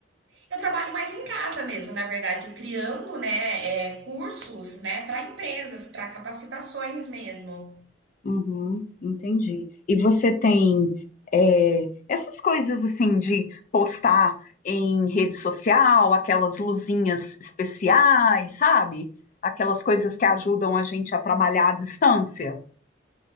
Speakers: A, on the right; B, on the left.
A: Eu trabalho mais em casa mesmo, na verdade, criando, né, é, cursos, né, para empresas, para capacitações mesmo.
B: Uhum, entendi. E você tem é, essas coisas assim de postar em rede social, aquelas luzinhas especiais, sabe? Aquelas coisas que ajudam a gente a trabalhar à distância.